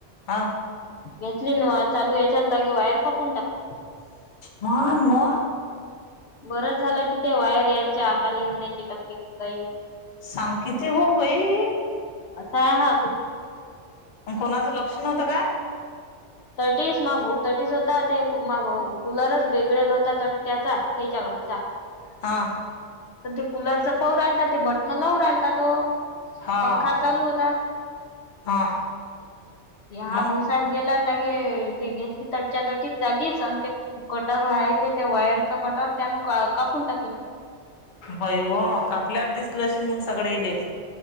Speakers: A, on the left (about 45°); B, on the left (about 65°).
A: हा.
B: घेतली ना चालू व्हायच्या लागे वायर कापून टाकली.
A: माय, मग.
B: बरच झालं की ते, वायर यांच्या अंगाला येऊन नाही चिटकली की काही.
A: सांग किती हो बई.
B: असा आहे हा
A: कोणाचं लक्ष नव्हतं का.
B: तटीस मग भाऊ तटीस होता, ते कुमा भाऊ कुलरच वेगळेल होता ना त्याचा त्याच्यावरचा.
A: हां.
B: तर ते कूलरचा पऊ राहिलता, ते बटनं लावू राहिलता तो.
A: हा
B: पंखा चालू होता.
A: हा मग
B: हा बोटाने गेलाय लागे ते घेतली तटच्या तटीत जागीच आणि ते कटर आहे ते, त्या वायरचा कटर त्यानं का कापून टाकली.
A: बाई वो कापल्यावर दिसलं असेन मग सगळ्या इले?